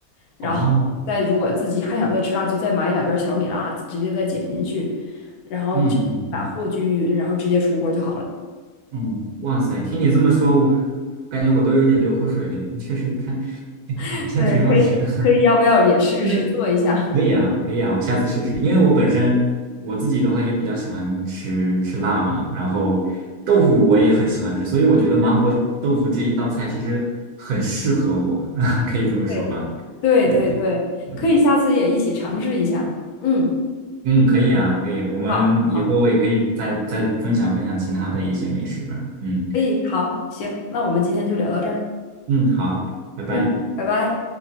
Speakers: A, on the left; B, on the right.
A: 然后再如果自己还想再吃辣，
B: 嗯，哦，
A: 就再买两根小米辣，直接再剪进去，然后直打和均匀，
B: 嗯嗯嗯
A: 然后直接出锅就好了。
B: 嗯，哇塞，听你这么说，我感觉我都有点流口水了。确实看，好像挺好吃的，
A: <laughs> 对，可以可以，要不要也试试做一下？
B: <laughs> 因为可以啊，可以啊，我下次试试。因为我本身我自己的话也比较喜欢吃吃辣嘛，然后豆腐我也很喜欢吃，所以我觉得麻婆豆腐这一道菜其实很适合我，<laughs> 可以这么说吧？
A: <laughs> 对。对对对，
B: 对对对对，
A: 可以下次也一起尝试一下。嗯，
B: 嗯，可以啊，可以，我们以后我也可以再再分享分享其他的一些美食吧，
A: 好，好，
B: 嗯。
A: 可以，好，行，那我们今天就聊到这儿。
B: 嗯，好，拜拜。
A: 嗯，拜拜。